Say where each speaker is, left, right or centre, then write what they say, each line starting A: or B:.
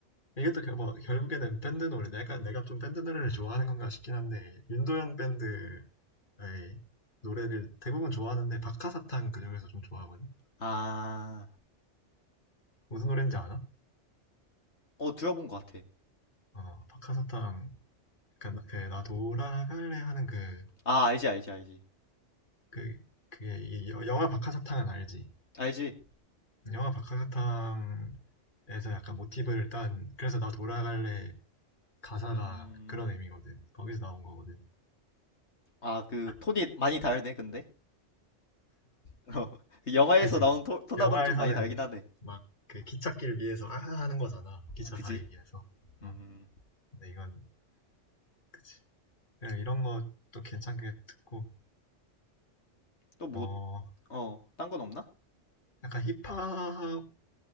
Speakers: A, on the left; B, on the left.
A: 이게 또 결, 뭐, 결국에는 밴드 노래. 내가 내가 좀 밴드 노래를 좋아하는 건가 싶긴 한데 윤도현 밴드 에이, 노래를 대부분 좋아하는데 박하사탕 그중에서 좀 좋아하거든.
B: 아.
A: 무슨 노래인지 아나?
B: 어 들어본 것 같아.
A: 어, 박하사탕. 그러니까 나, 그, 나 돌아갈래 하는 그,
B: 아 알지 알지 알지
A: 그, 그게 이 여- 영화 박하사탕은 알지?
B: 알지.
A: 영화 박하사탕에서 약간 모티브를 딴 그래서 나 돌아갈래 가사가
B: 음.
A: 그런 의미거든. 거기서 나온 거거든.
B: 아 그
A: 아,
B: 톤이 많이 다르네 근데. <laughs> 어. 그 영화에서
A: 그지?
B: 나온 톤, 톤하고는
A: 영화에서는
B: 좀 많이 다르긴 하네.
A: 막 그 기찻길 위에서 아 하는 거잖아. 기차
B: 그지?
A: 다리 위에서. 어,
B: 음.
A: 근데 이건 그치. 예, 이런 것도 괜찮게 듣고
B: 또 뭐
A: 뭐
B: 어 딴 건 없나?
A: 약간 힙합도